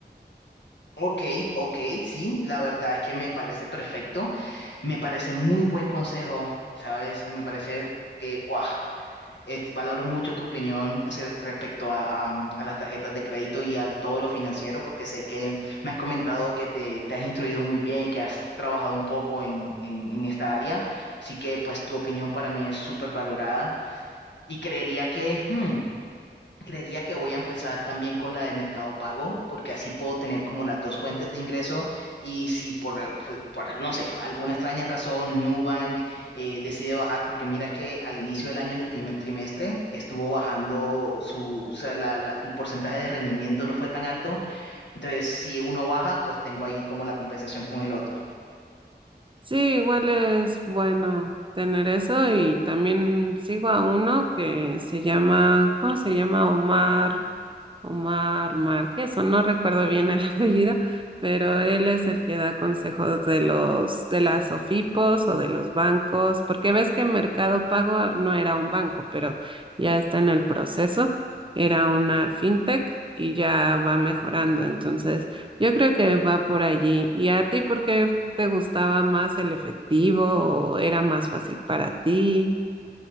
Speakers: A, on the left (about 80°); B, on the right (about 30°).
A: Ok, ok, sí, la verdad es que me parece perfecto. Me parece muy buen consejo, ¿sabes? Me parece que, guau. es- valoro mucho tu opinión acer- respecto a, a, mm, a las tarjetas de crédito y a todo lo financiero, porque sé que me has comentado que te, te has instruido muy bien y que has trabajado un poco en, en, en esta área. Así que pues tu opinión para mí es súper valorada y creería que... hmm, Creería que voy a empezar también con la de Mercado Pago, porque así puedo tener como las dos fuentes de ingreso y si por, eh, por- por, no sé, alguna extraña razón Nubank eh, decide bajar, porque mira que al inicio del año, en el primer trimestre, estuvo bajando su, o sea, la- la- el porcentaje de rendimiento no fue tan alto, entonces si uno baja, pues tengo ahí como la compensación con el otro.
B: Sí, igual es bueno tener eso y también sigo a uno que se llama, ¿cómo se llama? Omar Omar Márquez, o no recuerdo bien el <laughs> apellido, pero él es el que da consejos de los, de las OFIPOS o de los bancos, porque ves que Mercado Pago no era un banco, pero ya está en el proceso, era una fintech y ya va mejorando. Entonces, yo creo que va por allí. ¿Y a ti por qué te gustaba más el efectivo o era más fácil para ti?